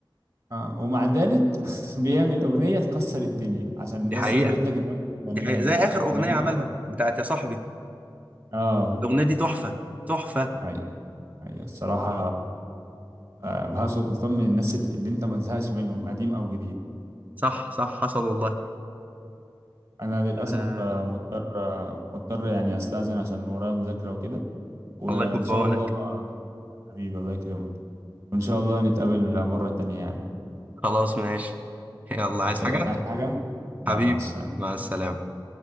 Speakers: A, on the right; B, on the right.
A: آه ومع ذلك <laughs> بيعمل أغنية تكسر الدنيا عشان
B: دي
A: بس
B: حقيقه
A: أثبت لك إن هو يعني
B: دي حقيقه زي اخر اغنيه
A: يعني
B: عملها
A: جبار
B: بتاعت يا صاحبي
A: اه
B: الاغنيه دي تحفه تحفه
A: ايوه ايوه الصراحة آه، بهاء سلطان من الناس ال- اللي انت ما تزهقش منهم قديم او جديد
B: صح صح حصل والله
A: انا للاسف
B: آه
A: آه، مضطر آه، مضطر يعني استاذن عشان ورايا مذاكره وكده وان
B: الله يكون في
A: شاء
B: عونك
A: الله حبيبي الله يكرمك وان شاء الله نتقابل مره تانية يعني
B: خلاص ماشي يلا عايز
A: محتاج
B: حاجه
A: اي حاجه لا
B: حبيبي
A: مع السلامه
B: مع السلامه